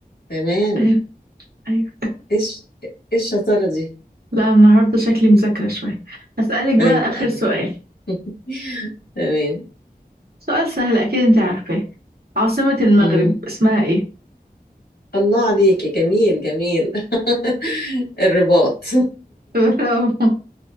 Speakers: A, on the left (about 85°); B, on the right (about 75°).
A: تمام
B: أيوه أيوه
A: إيش إيش الشطارة دي؟
B: لا النهاردة شكلي مذاكرة شوية هسألك بقى
A: أيوه
B: آخر
A: أيوه
B: سؤال
A: <laughs> تمام
B: سؤال سهل أكيد أنت عارفاه عاصمة المغرب
A: مم.
B: اسمها إيه؟
A: الله عليكي جميل جميل <laughs> الرباط
B: <laughs> برافو